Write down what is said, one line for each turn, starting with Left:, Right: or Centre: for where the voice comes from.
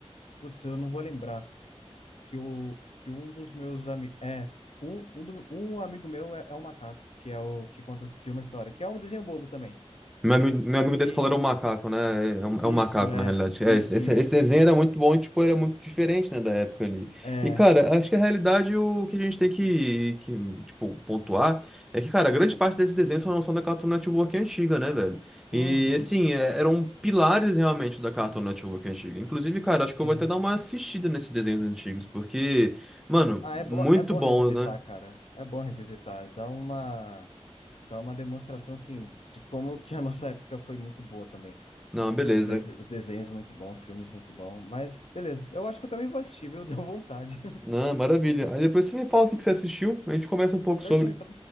Left: Putz, eu não vou lembrar que, o, que um dos meus amigos. É, um, um, do- um amigo meu é, é um macaco, que é o que conta de uma história, que é um desenho bobo também.
Centre: Meu amigo,
Left: Só
Centre: meu amigo
Left: que
Centre: da escola era um macaco, né? É é um, é
Left: isso
Centre: um macaco,
Left: é,
Centre: na realidade.
Left: isso,
Centre: É, esse, esse-
Left: isso,
Centre: esse desenho
Left: isso.
Centre: era muito bom e, tipo, era muito diferente, né, da época ali.
Left: É.
Centre: E, cara, acho que a realidade, o que a gente tem que, que, tipo, pontuar é que, cara, grande parte desses desenhos são, são da Cartoon Network antiga, né, velho?
Left: Uhum,
Centre: E, assim, é- eram pilares, realmente, da Cartoon Network antiga. Inclusive, cara, acho
Left: sim.
Centre: que eu vou até dar uma assistida nesses desenhos antigos, porque, mano,
Left: Ah,
Centre: muito
Left: é bom, é bom
Centre: bons,
Left: revisitar,
Centre: né?
Left: cara. É bom revisitar. Dá uma, dá uma demonstração, assim, de como que a nossa época foi muito boa também.
Centre: Não, beleza.
Left: Os, dese- os desenhos muito bom, filmes muito bom. Mas, beleza. Eu acho que eu também vou assistir, viu? <laughs> Deu vontade.
Centre: Não, maravilha. Aí depois você me fala o que que você assistiu, a gente conversa um pouco
Left: Certinho,
Centre: sobre.
Left: então.